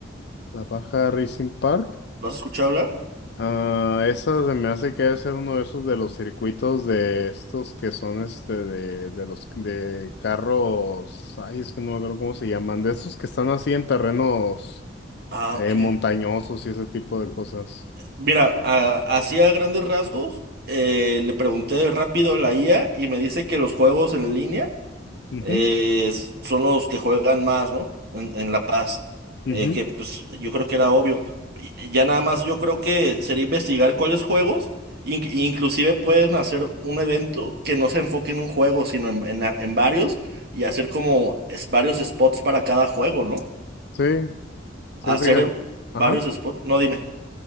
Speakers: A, on the left; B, on the right.
A: la Baja Racing Park.
B: ¿Lo has escuchado hablar?
A: Ah, esa se me hace que debe ser uno de esos de los circuitos de estos que son este de, de los de carros, ay, es que no me acuerdo cómo se llaman, de esos que están así en terrenos
B: Ah, ok.
A: eh, montañosos y ese tipo de cosas.
B: Mira, a- así
A: Es-
B: a grandes rasgos, eh, le pregunté rápido a la IA y me dice que los juegos en línea
A: Ujú,
B: eh, son los que juegan más, ¿no? En, en La Paz,
A: ujú.
B: Eh, que pues yo creo que era obvio. Y- y Ya nada más yo creo que sería investigar cuáles juegos, in- inclusive pueden hacer un evento que no se enfoque en un juego, sino en, en a- en varios y hacer como es- varios spots para cada juego, ¿no?
A: Sí, sí,
B: Hacer
A: fíjate.
B: eh,
A: Ajá.
B: varios spots, no dime.